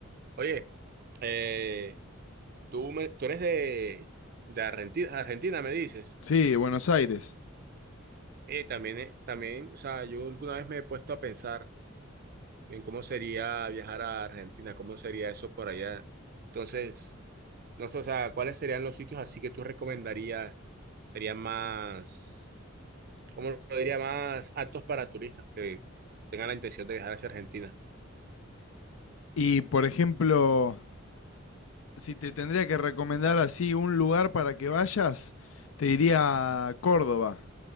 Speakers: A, on the right (about 45°); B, on the left (about 70°).
A: Oye, eh, tú, me- tú eres de, de Argentina, Argentina, me dices.
B: Sí, de Buenos Aires.
A: Eh, también, eh, también, o sea, yo alguna vez me he puesto a pensar en cómo sería viajar a Argentina, cómo sería eso por allá. Entonces, no sé, o sea, ¿cuáles serían los sitios así que tú recomendarías? ¿Serían más...? como lo diría, más aptos para turistas que tengan la intención de viajar hacia Argentina.
B: Y por ejemplo, si te tendría que recomendar así un lugar para que vayas, te diría Córdoba,